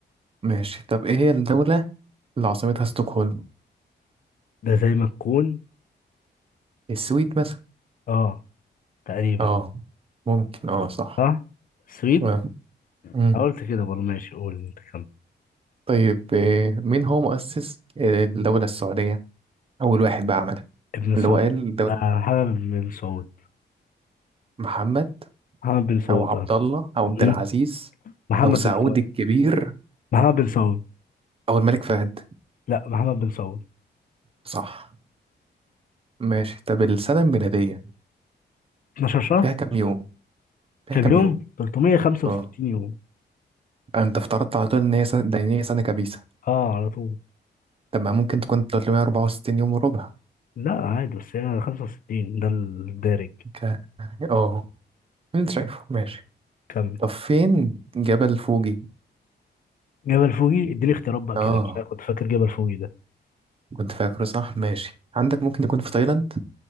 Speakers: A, on the right (about 30°); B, on the left (about 50°).
A: ماشي طب ايه هي الدولة اللي عاصمتها ستوكهولم
B: ده زي ما تكون
A: السويد مثلا
B: اه تقريبا
A: اه ممكن اه صح
B: صح سويد
A: آه. مم.
B: قلت كده برضه ماشي قول انت كمل
A: طيب إيه مين هو مؤسس إيه، الدولة السعودية اول واحد بقى عملها
B: ابن سعود
A: اللي هو قال الدولة
B: آه محمد بن سعود
A: محمد
B: محمد بن سعود
A: او عبد
B: اه
A: الله او عبد
B: م-
A: العزيز
B: محمد
A: او سعود
B: بن سعود
A: الكبير
B: محمد بن سعود
A: او الملك فهد
B: لا محمد بن سعود
A: صح ماشي طب السنة الميلادية
B: 12 شهر
A: فيها كام يوم فيها
B: كام
A: كام
B: يوم
A: يوم
B: 365
A: اه
B: يوم
A: انت افترضت على طول ان هي سنة دينية سنة كبيسة
B: اه على طول
A: طب ما ممكن تكون 364 يوم وربع
B: لا عادي بس هي 65 ده الدارج
A: ك... اه انت شايفه ماشي
B: كمل
A: طب فين جبل فوجي
B: جبل فوجي اديني اختيارات بقى
A: اه
B: كده مش عارف كنت فاكر جبل فوجي ده
A: كنت فاكره صح ماشي عندك ممكن يكون في تايلاند